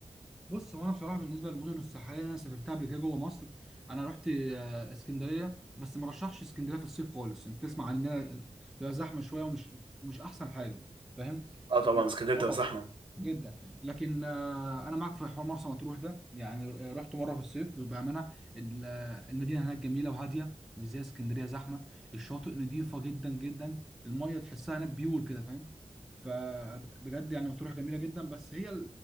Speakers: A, in the centre; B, on the right.
A: بص هو انا بصراحه بالنسبه للمدن الساحليه اللي انا سافرتها قبل كده جوه مصر انا رحت آه، اسكندريه بس ما رشحش اسكندريه في الصيف خالص انت تسمع عن انها تبقى زحمه شويه ومش مش احسن حاجه فاهم
B: أه طبعا اسكندرية
A: اه
B: بتبقى زحمة
A: جدا لكن آه، انا معاك في حوار مرسى مطروح ده يعني ر- رحت مره في الصيف بامانه ال- المدينه هناك جميله وهاديه مش زي اسكندريه زحمه الشاطئ نظيفه جدا جدا الميه تحسها هناك بيور كده فاهم فبجد يعني مطروح جميله جدا بس هي